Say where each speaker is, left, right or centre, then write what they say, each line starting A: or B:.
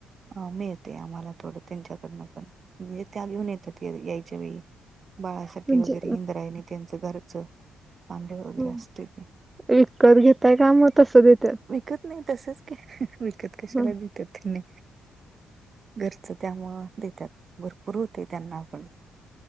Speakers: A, on the right; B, on the right.
A: अ मिळतय आम्हाला थोडं त्यांच्याकडनं पण म्हणजे त्या घेऊन येतात यायच्या वेळी. बाळासाठी
B: म्हणजे
A: वगैरे इंद्रायनी त्यांचं घरचं. तांदूळ वगैरे
B: हा.
A: असते ते
B: विकत घेताय का मग तसं देत्यात?
A: विकत नाही तसच की विकत कशाला
B: ह
A: देत्यात त्यांनी. घरच त्यामुळं देतात भरपूर होतय त्यांना आपण.